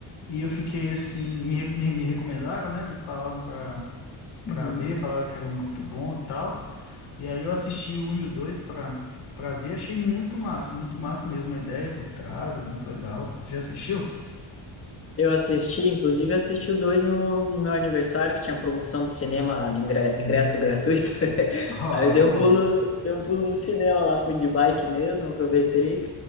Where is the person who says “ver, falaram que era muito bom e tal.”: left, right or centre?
Left